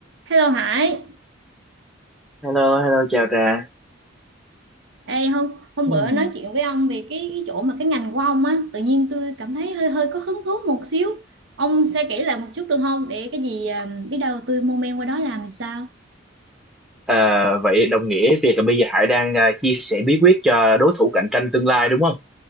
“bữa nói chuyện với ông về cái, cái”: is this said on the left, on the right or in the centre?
Right